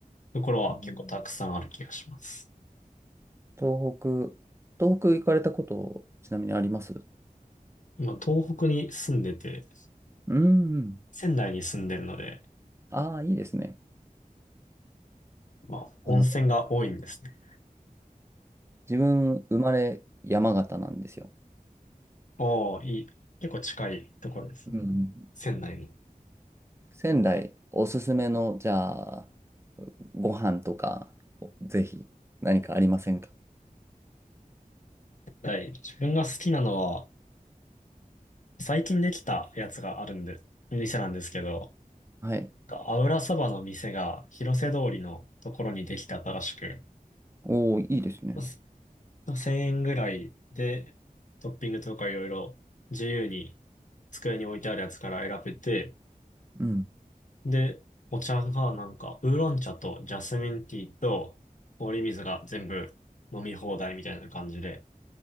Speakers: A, on the left (about 60°); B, on the right (about 20°).
A: ところは結構たくさんある気がします。
B: 東北、東北行かれたこと、ちなみにあります
A: 今、東北に住んでて、
B: うん、うん。
A: 仙台に住んでるので、
B: ああ、いいですね。
A: まあ、
B: あの、
A: 温泉が多いんですね。
B: 自分、生まれ山形なんですよ。
A: おお、いい。結構近いところですね。
B: うんうん
A: 仙台に。
B: 仙台おすすめの、じゃあ、ご飯とか、ぜひ何かありませんか
A: はい。自分が好きなのは、最近できたやつがあるんで、店なんですけど、
B: はい。
A: アウラそばの店が広瀬通りのところにできた新しく、
B: おー、いいですね。
A: まあ1000円ぐらいで、トッピングとかいろいろ自由に机に置いてあるやつから選べて、
B: うん。
A: で、お茶がなんか、ウーロン茶とジャスミンティーと氷水が全部飲み放題みたいな感じで、